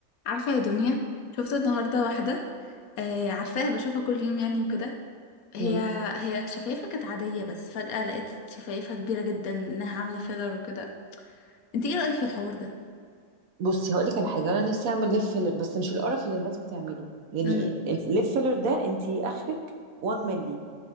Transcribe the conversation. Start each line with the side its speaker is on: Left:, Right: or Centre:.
Left: عارفة يا دنيا شفت النهاردة واحدة آه عارفاها بشوفها كل يوم يعني وكده هي
Right: مم.
Left: هي شفايفها كانت عادية بس فجأة لقيت شفايفها كبيرة جدا انها عاملة فيلر وكده انت ايه رأيك في الحوار ده؟
Right: بصي هقول لك على حاجه انا نفسي اعمل ليب فيلر بس مش القرف اللي الناس بتعمله يعني
Left: امم
Right: الليب فيلر ده انت اخرك 1 مللي